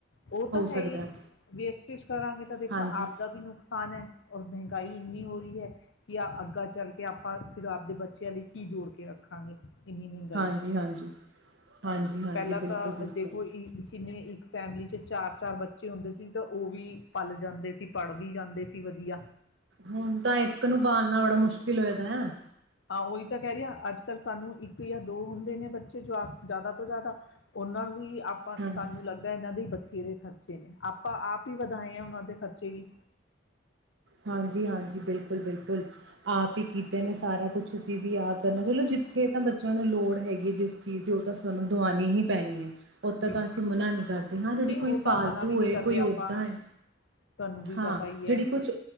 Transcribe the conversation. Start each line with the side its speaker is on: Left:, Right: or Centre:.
Left: ਉਹ ਤਾਂ ਹੈ
Right: ਸਕਦਾ।
Left: ਹੀ, ਵੇਸਟੀਜ ਕਰਾਂਗੇ ਤਾਂ ਦੇਖੋ
Right: ਹਾਂਜੀ,
Left: ਆਪ ਦਾ ਵੀ ਨੁਕਸਾਨ ਹੈ। ਔਰ ਮਹਿੰਗਾਈ ਇਨੀ ਹੋ ਰਹੀ ਹੈ ਕਿ ਆ ਅੱਗਾਾਂ ਚੱਲ ਕੇ ਆਪਾਂ ਫਿਰ ਆਪਦੇ ਬੱਚਿਆਂ ਲਈ ਕੀ ਜੋੜ ਕੇ ਰੱਖਾਂਗੇ। ਇੰਨੀ ਮਹਿੰਗਾਈ
Right: ਹਾਂਜੀ
Left: 'ਚ
Right: -ਹਾਂਜੀ- ਹਾਂਜੀ -ਹਾਂਜੀ,
Left: ਪਹਿਲਾਂ
Right: ਬਿਲਕੁਲ-
Left: ਤਾਂ
Right: ਬਿਲਕੁਲ।
Left: ਦੇਖੋ ਇ ਕਿੰਨੇ ਇੱਕ ਫੈਮਿਲੀ ਚ ਚਾਰ -ਚਾਰ ਬੱਚੇ ਹੁੰਦੇ ਸੀ। ਤਾਂ ਉਹ ਵੀ ਪਲ ਜਾਂਦੇ ਸੀ। ਪੜ ਵੀ ਜਾਂਦੇ ਸੀ ਵਧੀਆ।
Right: ਹੁਣ ਤਾਂ ਇੱਕ ਨੂੰ ਪਾਲਣਾ ਬੜਾ ਮੁਸ਼ਕਿਲ ਹੋਏਦਾ ਹੈ।
Left: ਹਾਂ ਉਹੀ ਤਾਂ ਕਹਿ ਰਹੀ ਆ ਅੱਜ ਕੱਲ੍ਹ ਸਾਨੂੰ ਇੱਕ ਜਾਂ ਦੋ ਹੁੰਦੇ ਨੇ ਬੱਚੇ ਜਾਂ ਜ਼ਿਆਦਾ ਤੋਂ ਜ਼ਿਆਦਾ ਉਹਨਾਂ ਨੂੰ ਹੀ ਆਪਾਂ,
Right: ਹਾਂਜੀ,
Left: ਸਾਨੂੰ ਲੱਗਦਾ ਇਹਨਾਂ ਦੇ ਬਥੇਰੇ ਖਰਚੇ ਨੇ, ਆਪਾਂ ਆਪ ਹੀ ਵਧਾਏ ਆ ਉਹਨਾਂ ਦੇ ਖਰਚੇ ਵੀ
Right: ਹਾਂਜੀ- ਹਾਂਜੀ, ਬਿਲਕੁਲ -ਬਿਲਕੁਲ ਆਪ ਹੀ ਕੀਤੇ ਨੇ ਸਾਰਾ ਕੁਛ ਅਸੀਂ ਵੀ ਆਪ ਕਰਨਾ ਚਲੋ ਜਿੱਥੇ ਤਾਂ ਬੱਚਿਆਂ ਨੂੰ ਲੋੜ ਹੈਗੀ ਹੈ। ਜਿਸ ਚੀਜ਼ ਦੀ ਉਹ ਤਾਂ ਸਾਨੂੰ ਦਵਾਉਣੀ ਹੀ ਪੈਣੀ ਹੈ। ਉਹ ਤਾਂ
Left: ਬਿਲਕੁਲ,
Right: ਤਾਂ ਅਸੀਂ ਮਨਾ ਨਹੀਂ ਕਰਦੇ, ਹਾਂ ਜਿਹੜੀ
Left: ਨਹੀਂ
Right: ਕੋਈ
Left: ਉਹ
Right: ਫਾਲਤੂ
Left: ਤਾਂ ਮਨਾ ਵੀ ਨਹੀਂ
Right: ਹੈ
Left: ਕਰਦੇ
Right: ਕੋਈ
Left: ਆਪਾਂ।
Right: ਦਾਂ ਹੈ
Left: ਤੁਹਾਨੂੰ ਵੀ
Right: ਹਾਂ
Left: ਪਤਾ ਹੀ
Right: ਜਿਹੜੀ
Left: ਹੈ।
Right: ਕੁਛ